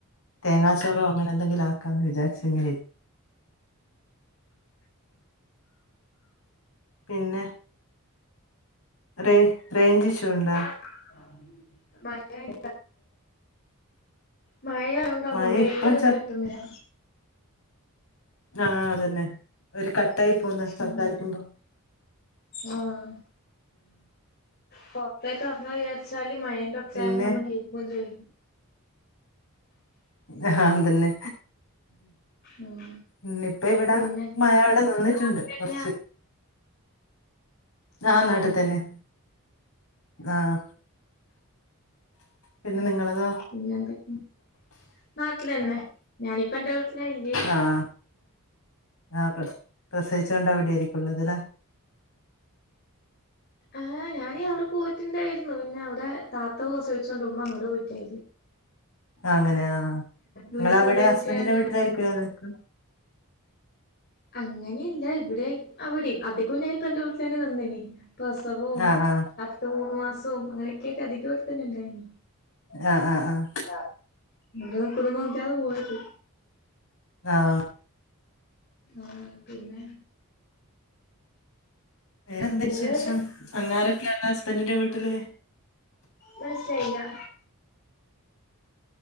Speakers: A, on the left; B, on the left.
A: തേങ്ങാച്ചോറോ അങ്ങനെ എന്തെങ്കിലും ആക്കാന്ന് വിചാരിച്ച് ഇങ്ങനെ ഇരി പിന്നെ റെെ റൈഞ്ച് ഇഷൂഉണ്ടോ
B: <unintelligible> ആഹ് മായെയാ എന്താപ്പൊ
A: മഴ
B: റൈഞ്ച്
A: ഇപ്പം
B: പർഞ്ഞാ കിട്ട്ണ്ല്യ
A: ആഹ് അതന്നെ ഒരു കട്ടായി പോവുന്നു സംസാരിക്കുമ്പൊ
B: ഉം ആഹ് പൊർത്തേക്ക് അർങ്ങാ വിചാരിച്ചാല് മയേന്റെ ഒച്ച
A: പിന്നെ
B: കാരണം ഒന്നും കേക്കുല്യേനും
A: നെഹാ അങ്ങൻതന്നെ
B: ഉം
A: ഇന്ന്പ്പ ഇവിടെ
B: പിന്നെ
A: മയഅവടെ
B: ഹസ്ബൻഡ്
A: നിന്ന്ട്ട്ണ്ട്
B: നാട്ടില്
A: കാെർച്ച്
B: തന്നെയാ അതെയാ
A: ആഹ് നാട്ട്തെന്നെ ആഹ് പിന്നെ നിങ്ങളതാേ
B: പിന്നെ എന്താെക്കെ നാട്ട്ലെന്നെ ഞാനിപ്പ എന്റെ വീട്ട്ലാഇല്യേ
A: ആഹ് ആഹ് പ്രസ് പ്രസവിച്ചോണ്ട് അവിടേരിക്കും ഉള്ളത് ലെ
B: ആഹ് ഞാനി അവടെ പോയിറ്റ് ഇണ്ടായിരുന്നു പിന്നെ അവടെ താത്തക്കെ കൊറച്ച് വേടിച്ചാെണ്ടോവും ഇമ്മ അങ്ങട് പോയിറ്റേ
A: ആഹ് അങ്ങനെ ആഹ്
B: പിന്നെ
A: ഇങ്ങളവടെ
B: ചെറിയ
A: ഹസ്ബെന്റിന്റെ
B: കുട്ടിയായോണ്ട്
A: വീട്ടിലായിരിക്കുല്ലെ നിക്ക്ണ്ട
B: അങ്ങനിഎല്ല ഇവിടേം അവിടം അത്ക്കും ഞാനിപ്പാെ എന്റെ വീട്ട്ലെന്നെ നിന്നീന് പ്രസവവും
A: ആ ആ
B: ആദ്യത്തെ മൂന്നു മാസവും അങ്ങനെക്കേറ്റ് അധികം ഇവ്ട്തന്നെ ഇണ്ടായിന്
A: ആഹ് ആഹ് ആഹ്
B: ആഹ് മുട്യോക്കലിന് ആൾക്കാരെ പോയോക്ക്
A: ആഹ്
B: ആഹ് പിന്നെ
A: വേറെ എന്ത്
B: നിങ്ങള്
A: വിശേഷം പിള്ളാരൊക്കെ എല്ലാം ഹസ്ബെന്റിന്റെ വീട്ടില്
B: മനസ്സിലായിലാ